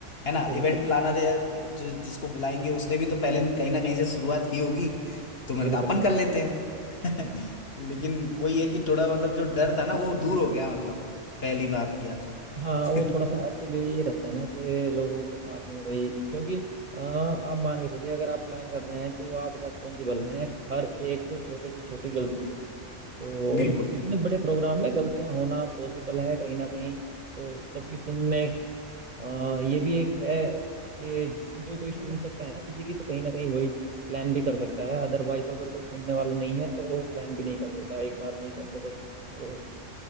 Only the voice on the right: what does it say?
बिल्कुल
बिल्कुल
बिल्कुल
हम्म
हाँ वो
थोड़ा सा एक्चुअली ये रहता है ना कि लोगों के साथ में भाई क्योंकि अ, आप मान के चलिए अगर आप प्लान कर रहे हैं तो आप रेस्पॉन्सिबल हैं हर एक छोटे से छोटी गलती के तो
और इतने बड़े प्रोग्राम में गलतियां होना पॉसिबल है कहीं ना कहीं तो सबकी सुनने अ, ये भी एक है कि जिस जो कोई सुन हम्म, सकता है ना किसी की तो कहीं ना कहीं वही प्लान भी कर सकता है अदरवाइज तो अगर कोई सुनने वाला नहीं है तो वो प्लान भी नहीं कर सकता एक बार में ही करके बस वो